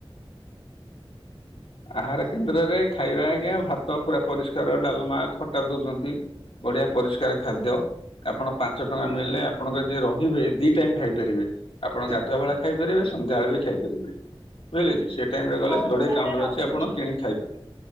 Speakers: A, on the left (about 75°); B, on the right (about 30°).
A: ଆହାର କେନ୍ଦ୍ରରେ ଖାଇବା ଆଜ୍ଞା ଭାତ ପୁରା ପରିଷ୍କାର ଡାଲମା ଖଟା ଦଉଛନ୍ତି। ବଢିଆ ପରିଷ୍କାର ଖାଦ୍ୟ। ଆପଣ ପାଞ୍ଚ ଟଙ୍କା ମିଳିଲେ ଆପଣଙ୍କ ଯିଏ ରହିବେ ଦି ଟାଇମ ଖାଇପାରିବେ। ଆପଣ ଗାଧୁଆବେଳା ଖାଇପାରିବେ ସନ୍ଧ୍ୟାବେଳେ ବି ଖାଇପାରିବେ। ବୁଝିଲେ କି ସେ ଟାଇମ୍ ରେ ଗଲେ
B: ହଉ
A: ଯୋଡ଼ିଏ
B: ମୁଁ ତାହେଲେ
A: କାଉଣ୍ଟର
B: ରଖୁଛି।
A: ଅଛି ଆପଣ କିଣିିକି ଖାଇବେ